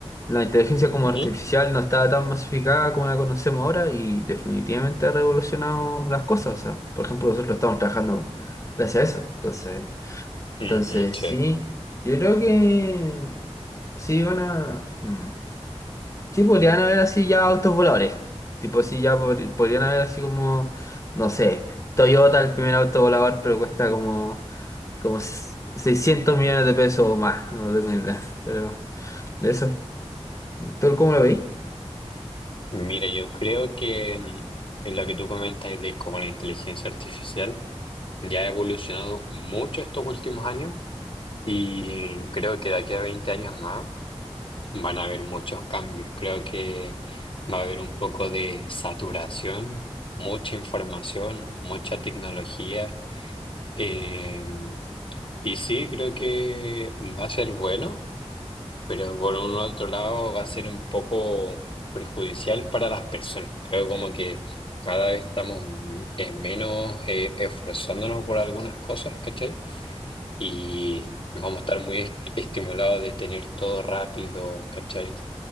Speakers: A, on the left; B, on the left.
A: la inteligencia como
B: ujú,
A: artificial no estaba tan masificada como la conocemos ahora y definitivamente ha revolucionado las cosas. O sea, por ejemplo, nosotros lo estamos trabajando gracias a eso. Entonces.
B: ujú,
A: Entonces,
B: sí.
A: sí, yo creo que sí van a... mm, Sí, podrían haber así ya autos voladores. Tipo, sí, ya pod- podrían haber así como, no sé, Toyota, el primer auto volador, pero cuesta como, como s- 600 millones de pesos o más, no tengo ni idea. Pero de eso, ¿tú cómo lo veis?
B: Mira, yo creo que mm, en lo que tú comentas de cómo la inteligencia artificial ya ha evolucionado mucho estos últimos años y creo que de aquí a 20 años más Van a haber muchos cambios. Creo que va a haber un poco de saturación, mucha información, mucha tecnología. Eh, y sí, creo que va a ser bueno, pero por un otro lado va a ser un poco perjudicial para las personas. Creo como que cada vez estamos m- eh, menos eh, esforzándonos por algunas cosas, ¿cachai? Y vamos a estar muy est- estimulados de tener todo rápido, ¿cachai?